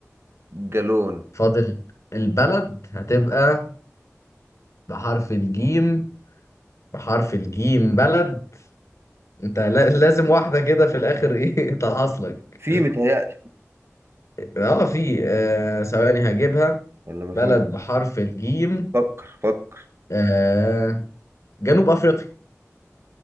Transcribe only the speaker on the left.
فاضل البلد هتبقى بحرف الجيم بحرف الجيم بلد انت لا- لازم واحدة كده في الاخر ايه <laughs> تحصلك
اه في آه ثواني هجيبها
بلد بحرف الجيم
آه جنوب افريقيا